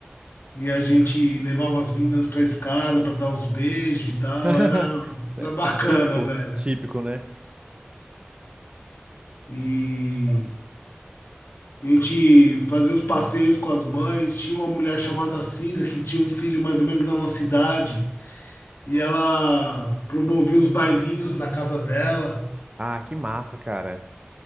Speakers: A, on the left (about 75°); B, on the right (about 25°).
A: E a gente levava as meninas pra escada pra dar uns beijos e tal.
B: <laughs>
A: Era,
B: Isso
A: era
B: é
A: bacana,
B: Típico,
A: velho.
B: típico, né?
A: E a gente fazia os passeios com as mães. Tinha uma mulher chamada Cida que tinha um filho mais ou menos da nossa idade. E ela promovia os bailinhos na casa dela,
B: Ah, que massa, cara.